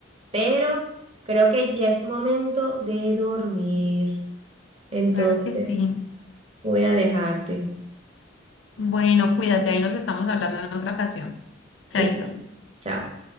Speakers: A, on the right (about 30°); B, on the left (about 80°).
A: pero creo que ya es momento de dormir. Entonces,
B: Claro que sí.
A: voy a dejarte.
B: Bueno, cuídate, ahí nos estamos hablando en otra ocasión. Chaito.
A: Sí, sí. Chao.